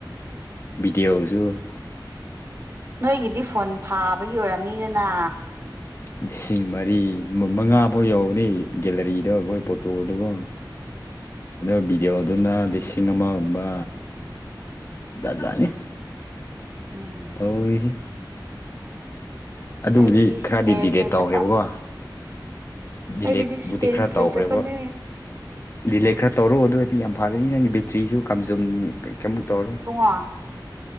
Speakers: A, on the left (about 35°); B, on the right (about 35°).
A: ꯚꯤꯗꯤꯌꯣꯁꯨꯨ
B: ꯅꯣꯏꯒꯤꯗꯤ ꯐꯣꯟ ꯐꯥꯕꯒꯤ ꯑꯣꯏꯔꯝꯅꯤꯗꯅ
A: ꯂꯤꯁꯤꯡ ꯃꯔꯤ ꯃꯉꯥ ꯐꯥꯎ ꯌꯧꯕꯅꯤ ꯒꯦꯂꯔꯤꯗ ꯑꯩꯈꯣꯏ ꯐꯣꯇꯣꯗꯀꯣ
B: <inaudible>
A: ꯑꯗꯨ ꯚꯗꯤꯑꯣꯗꯨꯅ ꯂꯤꯁꯤꯡ ꯑꯃꯒꯨꯝꯕ ꯖꯥꯠ ꯖꯥꯠꯅꯤ
B: ꯎꯝ
A: ꯑꯣꯏꯔꯤꯁꯤ ꯑꯗꯨꯕꯨꯗꯤ
B: ꯑꯩꯒꯤꯗꯤ ꯏꯁꯄꯦꯁ
A: ꯈꯔꯗꯤ ꯗꯤꯂꯦꯠ
B: ꯂꯩꯇꯕ
A: ꯇꯧꯈ꯭ꯔꯦꯕꯀꯣ
B: ꯑꯩꯒꯤꯗꯤ
A: ꯗꯤꯂꯦꯠꯕꯨꯗꯤ
B: ꯏꯁꯄꯦꯁ
A: ꯈꯔ
B: ꯂꯩꯇꯕꯅꯦ
A: ꯇꯧꯈ꯭ꯔꯦꯕ ꯗꯤꯂꯦꯠ ꯈꯔ ꯇꯧꯔꯣ ꯑꯗꯨ ꯑꯣꯏꯔꯗꯤ ꯌꯥꯝ ꯐꯔꯅꯤ ꯅꯪꯒꯤ ꯕꯦꯇ꯭ꯔꯤꯁꯨ ꯀꯝꯖꯨꯝ ꯀꯩꯃꯨꯛ ꯇꯧꯔꯔꯣꯏ
B: ꯑꯣ